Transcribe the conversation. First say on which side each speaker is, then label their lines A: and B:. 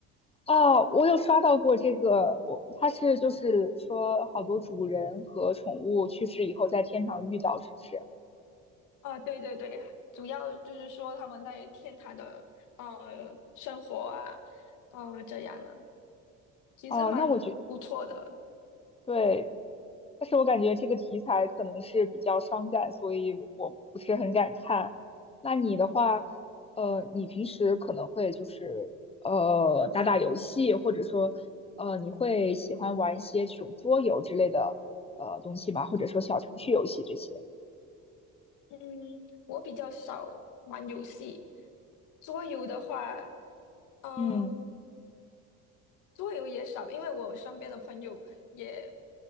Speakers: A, on the left; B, on the left.
A: 哦，我有刷到过这个，我它是就是说好多主人和宠物去世以后在天堂遇到，是不是？
B: 呃，对对对，主要就是说他们在天堂的呃生活啊，呃这样啊，其实蛮不错的。
A: 哦，那我觉对，但是我感觉这个题材可能是比较伤感，所以我不是很敢看。那你的话，呃，你平时可能会就是呃打打游戏，或者说呃你会喜欢玩一些这种桌游之类的呃东西吗？或者说小程序游戏这些？
B: <laughs> 嗯，我比较少玩游戏，桌游的话。嗯，
A: 嗯
B: 桌游也少，因为我身边的朋友也